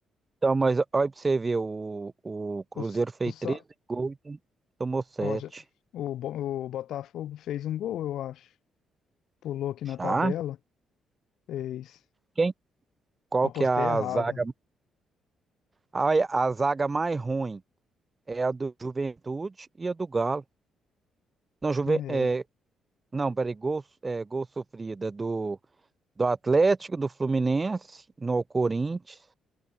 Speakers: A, on the right; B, on the left.
A: Então, mas olha pra você ver, o, o Cruzeiro
B: O, s-
A: fez
B: o, sa-
A: 13 gols e tomou 7.
B: ó, já- o, Bo- o Botafogo fez um gol, eu acho. Pulou aqui na tabela,
A: Já?
B: fez.
A: Quem? Qual
B: Apostei
A: que é a
B: errado.
A: zaga? A, a zaga mais ruim é a do Juventude e a do Galo. Não, Juve,
B: É,
A: é, não, peraí, gol, é, gol sofrida do, do Atlético, do Fluminense, no Corinthians.